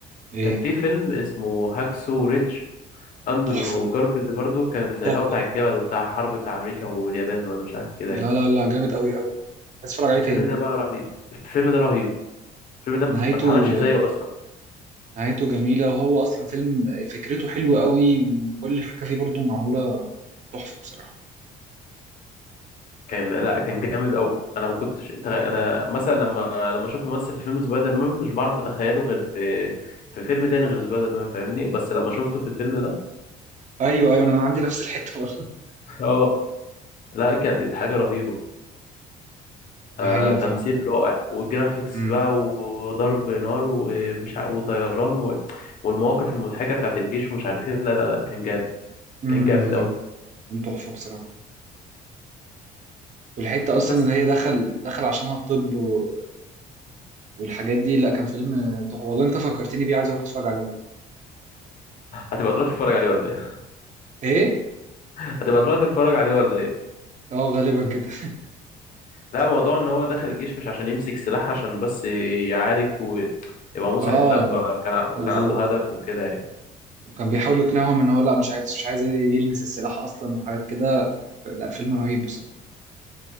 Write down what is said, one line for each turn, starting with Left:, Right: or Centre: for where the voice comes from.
Right: ايه
Left: كان في فيلم اسمه هاكسو ريدج اندرو
Right: تحفة
Left: جارفيلد برضو كان اللي
Right: تحفة
Left: هو بتاع الجبل وبتاع الحرب بتاع امريكا واليابان ولا مش عارف كده
Right: لا
Left: يعني
Right: لا لا جامد قوي قوي عايز اتفرج عليه
Left: الفيلم
Right: تاني
Left: ده بقى رهيب الفيلم ده رهيب الفيلم ده ما
Right: نهايته
Left: اتعملش زيه اصلا
Right: نهايته جميلة وهو أصلا فيلم فكرته حلوة قوي وكل حاجة فيه برضو معمولة تحفة بصراحة
Left: كان لا كان جامد قوي انا ما كنتش أتغ... انا مثلا لما لما اشوف ممثل في فيلم سبايدر مان مش بعرف اتخيله غير في في فيلم تاني غير سبايدر مان فاهمني بس لما شفته في الفيلم ده
Right: أيوه أيوه أنا عندي نفس الحتة برضه
Left: <laughs> اه لا كانت حاجة رهيبة
Right: <laughs> دي
Left: آه
Right: حقيقة
Left: تمثيل
Right: فعلا
Left: رائع وجرافيكس
Right: امم
Left: بقى وضرب نار ومش ع... وطيران و... والمواقف المضحكة بتاعت الجيش ومش عارف ايه لا لا لا كان جامد
Right: امم
Left: كان جامد
Right: ده كان
Left: قوي
Right: كان تحفة بصراحة والحتة
Left: بس
Right: أصلا اللي هي دخل دخل عشانها الطب و- والحاجات دي لا كان فيلم تحفة والله أنت فكرتني بيه عايز أروح أتفرج عليه
Left: هتبقى تروح تتفرج عليه ولا ايه
Right: إيه؟
Left: <laughs> هتبقى تروح تتفرج عليه ولا ايه
Right: أه غالبا كده
Left: لا موضوع ان هو داخل الجيش مش عشان يمسك سلاح عشان بس يعالج ويبقى مسعف
Right: أه
Left: لا
Right: لا.
Left: بقى كان ع- وكان
Right: و...
Left: عنده هدف وكده يعني
Right: وكان بيحاول يقنعهم إن هو لا مش عايز مش عايز يلمس السلاح أصلا وحاجات كده لا فيلم رهيب بصراحة